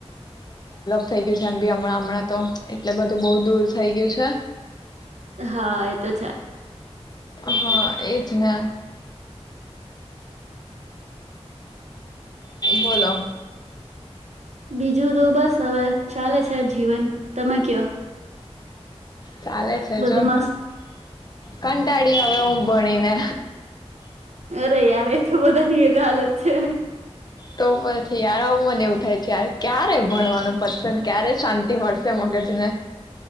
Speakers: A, on the left (about 40°); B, on the right (about 80°).
A: થઇ ગયું છે એમ બી હમણાં હમણાં તો એટલે બધું બઉુ દૂર થઇ ગયું છે
B: હા એ તો છે
A: હા એજ ને બોલો.
B: બીજું તો બસ હવે ચાલે છે જીવન તમે કયો
A: ચાલે છે
B: બધું
A: જો.
B: મસ્ત
A: કંટાડી આવે હુંભણીને
B: અરે યાર તો બધાની એજ હાલત છે.
A: તો પછી યારા મને એવું થાય છે ાર ક્યારે ભણવાનું પસંદ ક્યારે શાંતિ મળશે મગજને.